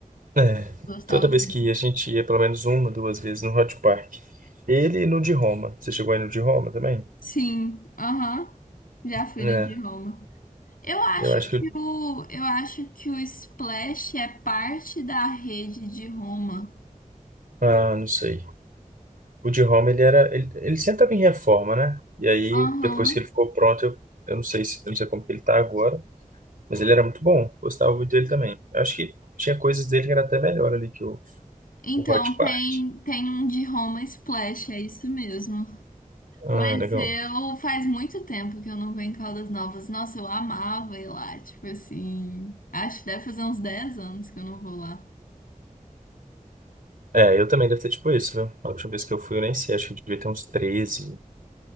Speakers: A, on the right (about 80°); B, on the left (about 80°).
A: É,
B: Gostava.
A: toda vez
B: muito.
A: que ia, a gente ia pelo menos uma, duas vezes no Hot Park. Ele e no de Roma. Você chegou aí no de Roma também?
B: Sim, aham. Já fui
A: É,
B: no de Roma. Eu acho
A: eu acho
B: que
A: que. o-
B: o, eu acho que o Splash é parte da rede de Roma.
A: Ah, não sei. O de Roma, ele era. Ele, ele sempre estava em reforma, né? E aí,
B: Aham.
A: depois que ele ficou pronto, eu, eu não sei se, eu não sei como que ele tá agora, mas ele era muito bom. Gostava muito dele também. Eu acho que tinha coisas dele que era até melhor ali que o,
B: Então
A: o Hot
B: tem
A: Park.
B: tem um de Roma Splash, é isso mesmo.
A: Ah,
B: Mas
A: legal.
B: eu faz muito tempo que eu não venho em Caldas Novas. Nossa, eu amava ir lá, tipo assim. Acho que deve fazer uns 10 anos que eu não vou lá.
A: É, eu também devo ter tipo isso, viu? A última vez que eu fui, eu nem sei, acho que eu devia ter uns 13,